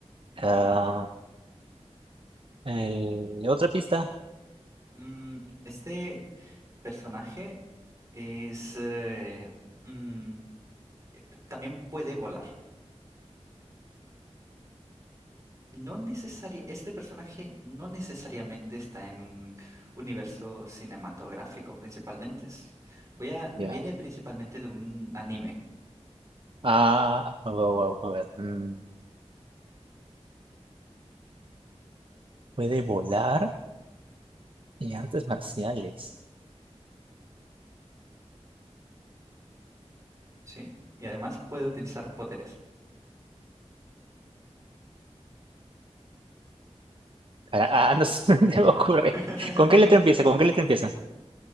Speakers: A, on the right; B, on the right.
A: Ah,
B: Ajá.
A: eh, otra pista.
B: Mm, este. personaje es eh, mm, también puede volar. No necesaria, este personaje no necesariamente está en un universo cinematográfico, principalmente. Es- Voy a,
A: Ya.
B: viene principalmente de un anime,
A: Ah, wow, wow, a ver. mm, Puede volar y artes marciales.
B: ¿sí? Y además puede utilizar poderes.
A: Cara- Ah, no sé, <laughs> no se me ocurre.
B: <laughs>
A: ¿Con qué letra empieza? ¿Con qué letra empieza?